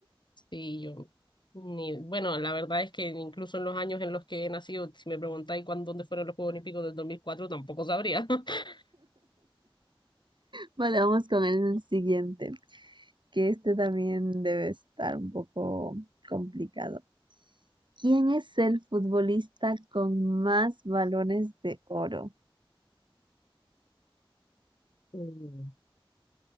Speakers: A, on the left; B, on the right.
A: Sí, yo. Ni, bueno, la verdad es que incluso en los años en los que he nacido, si me preguntáis cuándo, dónde fueron los Juegos Olímpicos del 2004, tampoco sabría. <laughs>
B: Vale, vamos con el siguiente, que este también debe estar un poco complicado. ¿Quién es el futbolista con más balones de oro?
A: Mm,